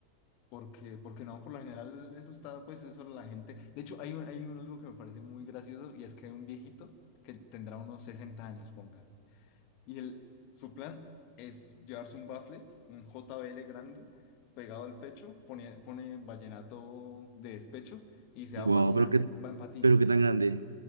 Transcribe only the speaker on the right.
Guau,
pero qué,
pero qué tan grande.